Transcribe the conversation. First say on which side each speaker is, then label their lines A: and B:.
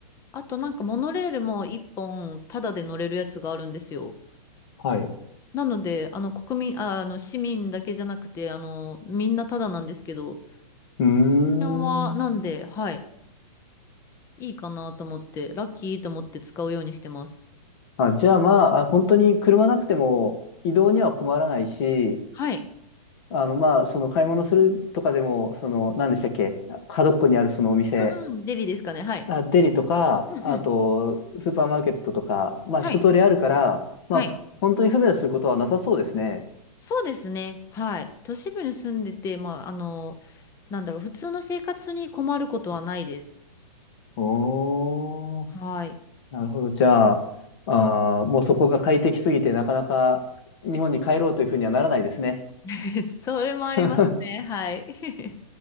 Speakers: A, on the left (about 15°); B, on the left (about 45°).
A: あとなんかモノレールも一本ただで乗れるやつがあるんですよ。
B: はい。
A: なので、あの国民、あ、あの市民だけじゃなくて、あの、みんなただなんですけど、こ
B: うーん。
A: の辺はなんで、はい、いいかなと思って、ラッキーと思って使うようにしてます。
B: あ、じゃあ、まあ、あ本当に車なくても移動には困らないし、
A: はい。
B: あの、まあ、その買い物するとかでも、その、何でしたっけ、角っこにあるそのお店、
A: うんうん、デリですかね、はい。
B: あ、デリとか、
A: うんうん、
B: あと、スーパーマーケットとか、まあ、
A: はい、
B: 一通りあるから、まあ、
A: はい。
B: ふ本当に不便することはなさそうですね。
A: そうですね。はい。都市部に住んでて、まあ、あの、なんだろう、普通の生活に困ることはないです。
B: おー、
A: はい。
B: なるほど。じゃあ、あー、もうそこが快適すぎて、なかなか日本に帰ろうというふうにはならないですね。
A: <laughs> それもありますね。
B: <laughs>
A: はい。